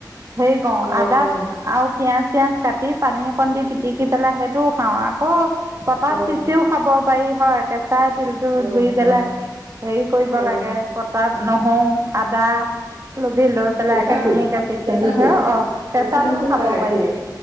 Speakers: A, on the right; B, on the right.
A: সেই কওঁ
B: অ
A: আদা
B: অ
A: আ পিয়াজ পিঁয়াজ কাটি পানী অকণ দি পিটিকি পেলাই সেইটোও খাওঁ আকৌ পটাত
B: অ
A: পিচিও খাব পাৰি হয়। কেঁচা। টো
B: অ
A: ধুই পেলাই
B: উম
A: হেৰি কৰিব
B: অ
A: লাগে পতাত। নহৰু আদা। লৈ পেলাই
B: কেঁচাটো
A: একে ধুনীয়াকে পিচিবি
B: কেঁচাটো
A: হা অ
B: কেঁচা
A: কেঁচাটোও
B: তিলটো
A: খাব
B: পাই এতিয়ে
A: পাৰি